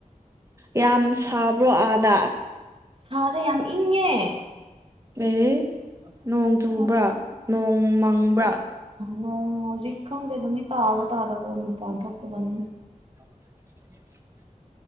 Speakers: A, on the right; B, on the right.
A: ꯌꯥꯝ ꯁꯥꯕ꯭ꯔꯣ ꯑꯥꯗ
B: ꯁꯥꯗꯦ ꯌꯥꯝ ꯏꯪꯉꯦ
A: ꯑꯦ ꯅꯣꯡ ꯆꯨꯕ꯭ꯔꯥ
B: ꯌꯥꯝ
A: ꯅꯣꯡ ꯃꯪꯕ꯭ꯔꯥ
B: ꯅꯣꯡ ꯍꯧꯖꯤꯛ ꯈꯪꯗꯦ ꯅꯨꯃꯤꯠ ꯇꯥꯕ꯭ꯔꯥ ꯇꯥꯗꯕ꯭ꯔ ꯃꯄꯥꯟ ꯊꯣꯛꯇꯕꯅꯤꯅ
A: <inaudible>